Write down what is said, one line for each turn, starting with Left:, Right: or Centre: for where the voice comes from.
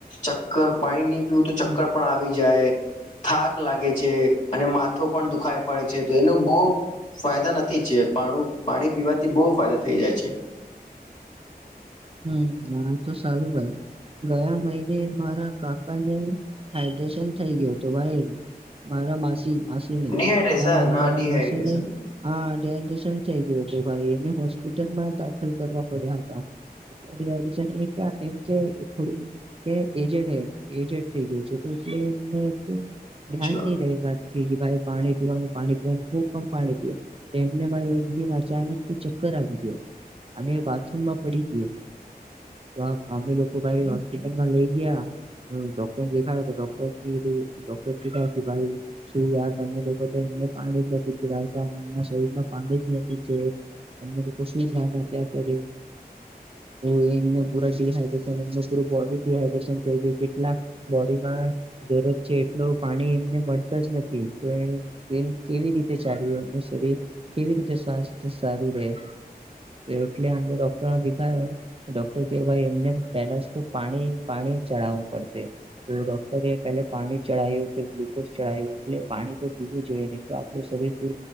Left: ચક્કર પાણીની થયુ
Right: હમ
Left: તો ચક્કર પણ આવી જાય, થાક લાગે છે, અને માથું પણ દુખાય, પડે છે તો એનો બોવ ફાયદા નથી છે પાણુ પાણી પીવા થી બોવ ફાયદા થઈ જાય છે.
Right: હમ હા તો સારું ભાઈ ગયા મહિને મારા કાકાને હાઈડ્રેશન થઈ ગયું હતું ભાઈ મારા માસી માસીને
Left: ડિહાઈડ્રેશન
Right: ક્યા મહિને
Left: હા
Right: મારા
Left: ડિહાઈડ્રેશન
Right: માસી ને હા થઈ ગયુ હતુ ભાઈ એને હોસ્પિટલમાં દાખલ કરવા પડ્યા હતા <unintelligible> એમ કે થોડું એજટ હે એજટ થઈ ગયું છે. એટલે એને તો ધ્યાન
Left: અચ્છા
Right: ની રહે પા થી કે ભાઈ પાણી પીવાનું પાણી પીવાનું ખૂબ પણ પાણી પીવા એમને ભાઈ એક દિન અચાનકથી ચક કર આવી ગયો અને બાથરૂમમાં પડી ગયો તો અમે લોકો ભાઈ હોસ્પિટલમાં લઈ ગયા ડોક્ટરને દેખાય તો ડોક્ટર કીધું ડોક્ટર કીધા કે ભાઈ શું યાર તમને લોકો તો એને પાણી જ નથી પીડાવતા એમના શરીરમાં પાણી જ નથી તમને લોકો શું ધ્યાન આપ્યા કરે તો એમને પૂરા ડીહાઈડ્રેશન એમ પૂરી બોડી ડડીહાઈડ્રેશન થઈ ગય કેટલાક બોડીમાં જરૂરત છે એટલુ પાણી એમને મળતા જ નથી તો એ એમ કેવી રીતે ચાલીરે એનુ શરીર કેવી રીતે સ્વાસ્થ્ય સારું રહે એટલેને ડોક્ટર ડોક્ટર તેઓ ભાઈ એમને પેલા જ તો પાણી પાણી ચડાવવું પડશે તો ડોક્ટરે કહે પેલે પાણી ચડાવયું ગ્લુકોઝ ચડાવયું એટલે પાણી તો પીવું જોઈએ નહી તો આપડુ શરીર પરુ